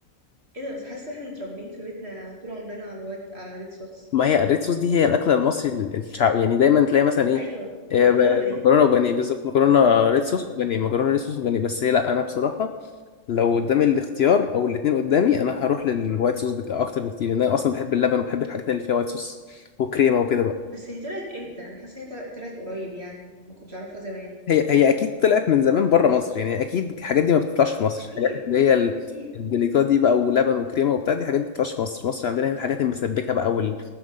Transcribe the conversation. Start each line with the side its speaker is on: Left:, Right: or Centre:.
Right: ايه ده بس حاسة احنا متربيين في بيتنا طول عمرنا على الوايت على الريد صوص
Left: ما هي الريد صوص دي هي الاكله المصري الشعب يعني دايما تلاقي مثلا ايه
Right: أيوة
Left: آه،
Right: مكرونة
Left: ب-
Right: وبانيه
Left: مكرونه وبانيه بالظبط مكرونه ريد صوص
Right: اه
Left: بانيه مكرونه ريد صوص بانيه بس هي لا انا بصراحه لو قدامي الاختيار او الاثنين قدامي انا هروح للوايت صوص بك... اكتر بكتير لان انا اصلا بحب اللبن وبحب الحاجات اللي فيها وايت صوص وكريمه وكده بقى
Right: بس هي طلعت امتى أنا حاسة هي طلعت طلعت قريب يعني ما كنتش أعرفها زمان
Left: هي هي اكيد طلعت من زمان بره مصر يعني اكيد الحاجات دي ما بتطلعش في مصر
Right: أكيد
Left: الحاجات اللي هي ال-
Right: أكيد
Left: الدليكات دي بقى ولبن وكريمه وبتاع دي حاجات ما بتطلعش في مصر مصر عندنا هنا الحاجات المسبكه بقى وال...